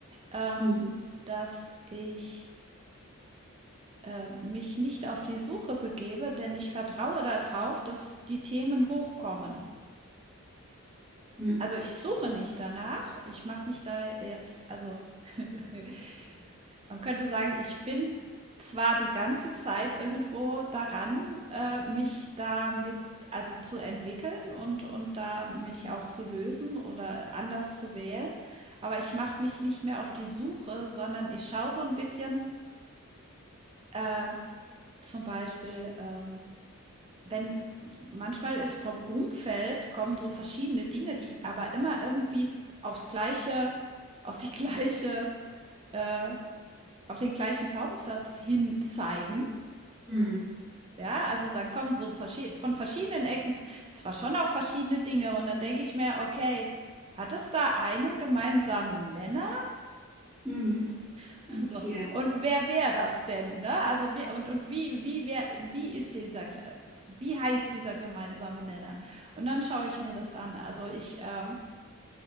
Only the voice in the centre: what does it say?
Hm.
Hm.
Hm.
Hm.
Okay.
Ja.